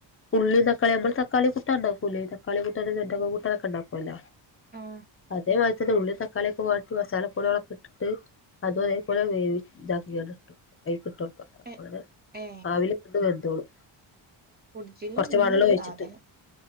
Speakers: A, on the left; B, on the right.
A: ഉള്ളീം തക്കാളിയും അമ്മൾ തക്കാളി കൂട്ടൻണ്ടാക്കൂല്ലേ തക്കാളികുട്ടാന് <unintelligible> കൂട്ടാനൊക്കെ ണ്ടാക്കുവല്ല
B: ആഹ്
A: അതേ മാരിത്തന്നെ ഉള്ളീം തക്കാളിയൊക്കെ വാട്ടി മസാല പൊടികളൊക്കെ ഇട്ടിട്ട് അതും അതെപോലെ വേവി ഇതാക്കികാണ്ട് ഇട്ടു അതിക്കിട്ടോ ക്കാ അപ്പങ്ങനെ
B: ഏ ഏ
A: ആവില് കടന്ന് വെന്തോളും
B: ഫ്രിഡ്ജിലുണ്ട്
A: കൊറച്ച് വള്ളോഴിച്ചിട്ട്
B: സാധനം